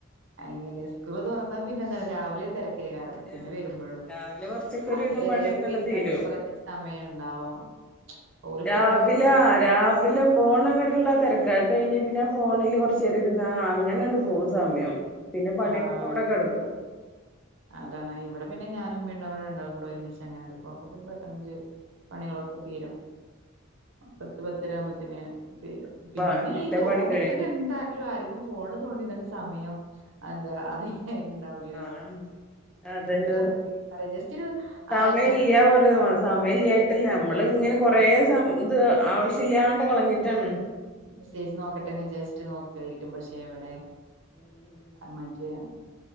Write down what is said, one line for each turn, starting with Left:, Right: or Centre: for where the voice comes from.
Right: അങ്ങനെ സ്കൂള് തുറന്ന പിന്നെ അതാണ്‌ രാവിലെ തിര കയറും പിന്നെ
Centre: ആഹ്
Right: വരുമ്പോഴും
Centre: രാവിലെ കൊറച്ചൊക്കെ ഒരുവിധം
Right: അത് വരെ
Centre: പണിയൊക്കെണ്ട്
Right: പിന്നെ
Centre: തീരും
Right: മൂപ്പരെ സമയം ഉണ്ടാവും ഓല്
Centre: രാവിലെ
Right: പോണോടത്ത്
Centre: രാവിലെ പോണ വരെയുള്ള തിരക്ക അത് കഴിഞ്ഞ പിന്നെ ഞാൻ ഫോണിൽ കുറച്ച് നേരം ഇരുന്ന് അങ്ങനങ്ങട് പോകും സമയം പിന്നെ പണിയോക്കെ
Right: ആഹ്
Centre: അവിടെ കിടക്കും
Right: അതാണ് ഇവിടെ പിന്നെ ഞാനും ഉമ്മേം ഉണ്ടാവുമ്പോ രണ്ടാളും കൂടെ ഒരുമിച്ച് അങ്ങനെ അങ്ങട് പോവുമ്പോ പിന്നെ പെട്ടന്ന് പണികളൊക്കെ തീരും പത്ത് പത്തര ആവുമ്പോത്തിന് തീരും പിന്നെ
Centre: ആ എല്ലാ
Right: ഈ തോണ്ടിരുന്നിട്ട്
Centre: പണി കഴിയും
Right: എന്താ ലെല്ലും ആർക്കും ഫോണിൽ തോണ്ടി നിന്നിട്ട് സമയം എന്താ അത് ഉണ്ടാവില്ലല്ലോ
Centre: ആഹ്
Right: പിന്നെ
Centre: അതന്നെ
Right: എത്ര
Centre: തന്നെ
Right: അറിയാം ജസ്റ്റ് ഒരു ആഹ്
Centre: സമയം
Right: എന്താ
Centre: ഇല്ല പറയ സമയം ഇല്ലായിട്ടില്ല നമ്മൾ ഇങ്ങനെ കൊറേസം ഇത് ആവശ്യല്ലാണ്ട് കളഞ്ഞിട്ടാണ്
Right: മെസ്സേജ് നോക്കട്ടെ വിചാരിച്ചിട്ട് നോക്കുവായിരിക്കും പക്ഷെ എവിടെ
Centre: <inaudible>
Right: <unintelligible>